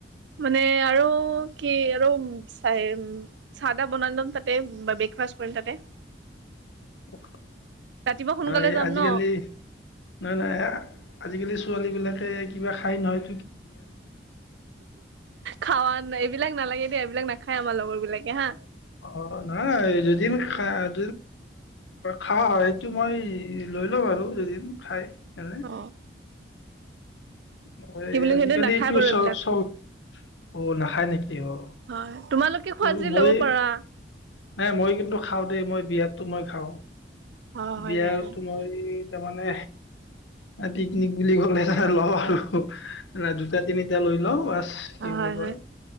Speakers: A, on the right; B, on the left.
A: মানে আৰু কি আৰু চ চা টা বনাই লম তাতে বা ব্ৰেকফাষ্ট কৰিম তাতে।
B: অ
A: ৰাতিপুৱা সোনকালে
B: ন এই
A: যাম
B: আজিকালি
A: ন
B: নহ নহয় আজিকালি ছোৱালী বিলাকে কিবা খাই নহয়
A: খাৱান এইবিলাক নালাগে দিয় এই বিলাকনাখায় আমাৰ লগৰ বিলাকে হা
B: অ নাই <unintelligible> হয় সেইটো মই লৈ লওঁ আৰু <unintelligible> খাই এনে
A: অ
B: উ দে
A: কি বুলি
B: আজিকালিটো
A: সেইটো নাখায় বাৰু
B: চব
A: এইবিলাক
B: চব অ নাখায় নেকি অ
A: হয় তোমালোকে
B: ত'
A: খোৱা যদি
B: মই
A: ল'ব পাৰা
B: <unintelligible> মই কিন্তু খাওঁ দেই মই বিয়েৰতো মই খাওঁ
A: অ হয়
B: বিয়াত
A: নেকি
B: মই তাৰ মানে <unintelligible> বুলি ক'লে <unintelligible> জুতা তিনি এতিয়া লৈ লওঁ কি
A: অ
B: বুলি
A: হয়
B: কয়
A: হয়